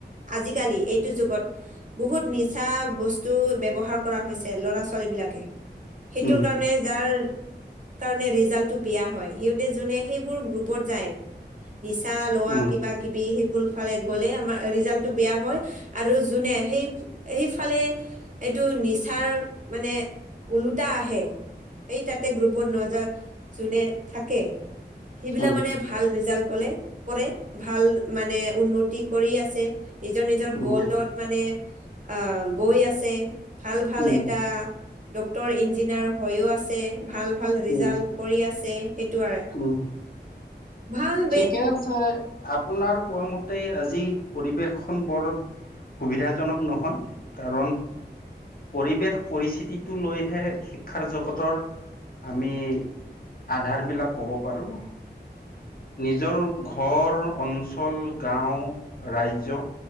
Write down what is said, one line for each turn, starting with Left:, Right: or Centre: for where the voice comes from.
Right: আজিকালি এইটো যুগত বহুত নিচা বস্তু ব্যৱহাৰ কৰা হৈছে ল'ৰা- ছোৱালী বিলাকে সেটো
Left: উম
Right: কাৰণে যাৰ কাৰণে ৰিজাল্টটো বেয়া হয় সিহঁতে যোনে সেইবোৰ গ্ৰুপত যায় নিচা লোৱা
Left: উম
Right: কিবা- কিবি সেবোৰ ফালে গ'লে আমাৰ ৰিজাল্টটো বেয়া হয় আৰু যোনে সেই এইফালে এইটো নিচাৰ মানে ওলোটা আহে সেই তাতে গ্ৰুপত ন যোৱা যোনে থাকে সেইবিলাক
Left: উম
Right: মানে ভাল ৰিজাল্ট কলে কৰে, ভাল মানে উন্নতি কৰি আছে নিজৰ নিজৰ
Left: উম
Right: গ'ল্ডত মানে আহ গৈ আছে ভাল ভাল
Left: উম
Right: এটা ডক্তৰ, ইঞ্জিনিয়াৰ হৈও আছে ভাল ভাল ৰিজাল্ট
Left: উম
Right: কৰি আছে সেইটোৱে
Left: উম
Right: ভাল বে
Left: ঠিকে আছে আপোনাৰ কোৱা মতে আজি পৰিবেশ খন বৰ সুবিধাজনক নহয় কাৰণ পৰিৱেশ পৰিস্থিতিটো লৈহে শিক্ষাৰ জগতৰ আমি আধাৰ বিলাক ক'ব পাৰো নিজৰ ঘৰ অঞ্চল গাঁও ৰাজ্য